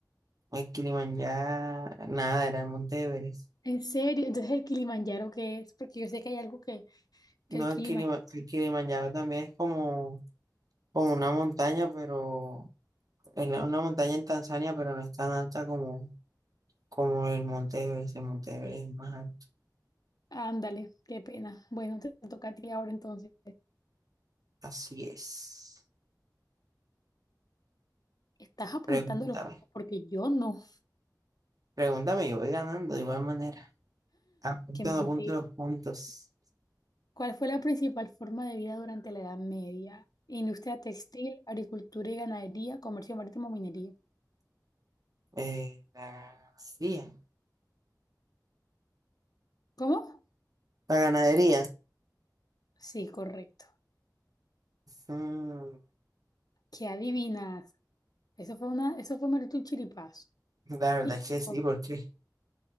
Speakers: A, on the right; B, on the left.
A: No es Kilimanjaro, nada, era el Monte Everest.
B: En serio, entonces el Kilimanjaro, ¿qué es? Porque yo sé que hay algo que,
A: No,
B: que el Kilimanjaro.
A: el, Kilima- el Kilimanjaro también es como, como una montaña, pero es la- una montaña en Tanzania, pero no es tan alta como, como el Monte Everest. El Monte Everest es más alto.
B: Ándale, qué pena. Bueno, te toca a ti ahora entonces.
A: Así es.
B: Estás apuntando
A: Pregúntame.
B: los puntos porque yo no.
A: Pregúntame y voy ganando de igual manera. Apuntando
B: Qué mentira.
A: a punto los puntos.
B: ¿Cuál fue la principal forma de vida durante la Edad Media? Industria textil, agricultura y ganadería, comercio marítimo, minería.
A: Eh, la ganadería.
B: ¿Cómo?
A: La ganadería.
B: Sí, correcto.
A: Mm,
B: ¿Qué adivinas? Eso fue una, eso fue meramente un chiripazo.
A: la verdad
B: Y,
A: es que sí, porque